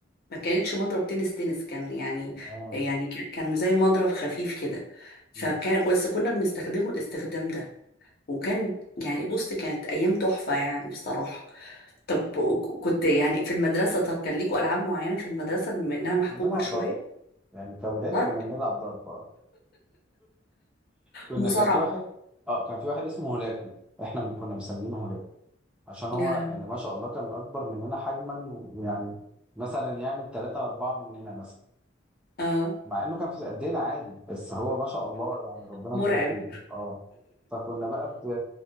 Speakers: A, on the left; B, in the centre.
A: ما كانتش مضرب تنس تنس كان يعني
B: اه
A: يعني كان كان زي مضرب خفيف كده فكان
B: مم.
A: بس كنا بنستخدمه الاستخدام ده وكان يعني بص كانت ايام تحفة يعني بصراحة طب ك- كنت يعني في المدرسة طب كان ليكوا ألعاب معينة في المدرسة بما إنها محكومة
B: كنا بنلعب
A: شوية
B: ضرب يعني كأولاد
A: ضرب
B: كنا بنلعب ضرب اه كنا
A: مصارعة
B: كان في واحد اه كان في واحد اسمه هولاكو احنا كنا مسمينه هولاكو عشان هو
A: يا لهوي
B: يعني ما شاء الله كان اكبر مننا حجما يعني مثلا يعمل ثلاثة أربعة مننا مثلا
A: اه
B: مع انه كان في قدنا عادي بس هو ما شاء الله يعني ربنا
A: مرعب
B: مبارك له اه فكنا بقى ب...